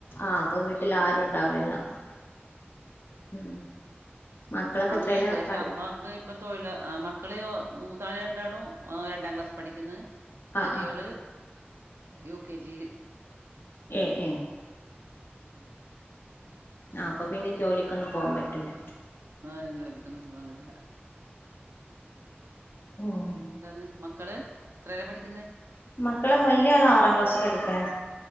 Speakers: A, on the left; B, on the right.
A: ആഹ് അപ്പൊ വീട്ടിൽ ആരും ഉണ്ടാവൂലല്ലോ ഉം മക്കളൊക്കെ
B: അമ്മയുണ്ട്
A: എത്രേലാ
B: പക്ഷെ
A: പഠി
B: അമ്മക്ക് ഇപ്പ തൊഴിലൊ ആഹ് മക്കള് മൂത്താള് രണ്ടാളും ഏഹ് രണ്ടാം ക്ലാസ് പഠിക്കുന്ന്
A: ആഹ്
B: ചെറിയോള്
A: ആഹ്
B: യു കെ ജിയില്
A: ഏഹ് ഏഹ്
B: ഉം
A: ആഹ് അപ്പൊ പിന്നെ ജോലിക്കൊന്നും പോവാൻ പറ്റൂല
B: <unintelligible> ജോലിക്കൊന്നും പോവാൻ കയൂല്ല
A: ഉം
B: പിന്നെ എന്താന്ന് മക്കള് എത്രേലാ പഠിക്ക്
A: മക്കള് വല്യാള് ആറാം ക്ലാസ് പഠിക്കണ്